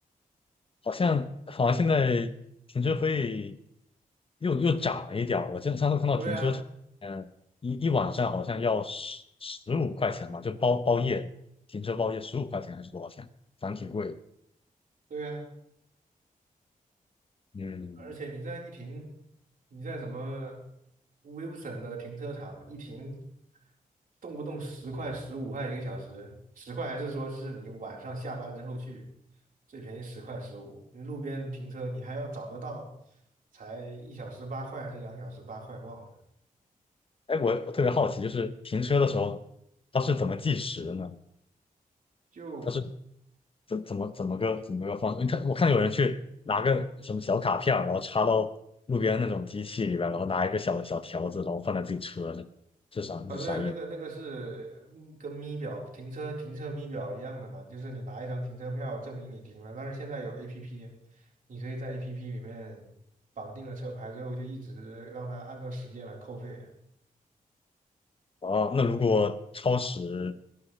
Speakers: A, on the left; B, on the right.
A: 好像好像现在停车费又又涨了一点儿。我真得上次看到停车场，
B: 对啊，
A: 嗯，一一晚上好像要十十五块钱吧，就包包夜停车包夜十五块钱还是多少钱，反正挺贵的。
B: 对啊，
A: 嗯，
B: 而且你这样一停，你在什么 Wilson 的停车场一停，动不动十块、十五块一个小时，十块还是说是你晚上下班之后去，最便宜十块十五，你路边停车你还要找得到，才一小时八块还是两小时八块忘了。
A: 哎，我我特别好奇，就是停车的时候它是怎么计时的呢？
B: 就
A: 它是怎怎么怎么个怎么个方式？因为它我看有人去拿个什么小卡片儿，然后插到路边那种机器里边，然后拿一个小小条子，然后放在自己车上，这啥这啥意思？
B: 啊，对啊，那个那个是嗯跟咪表停车停车咪表一样的嘛，就是你拿一张停车票证明你停了，但是现在有 APP，你可以在 APP 里面绑定了车牌之后，就一直让它按照时间来扣费。
A: 哦，那如果超时，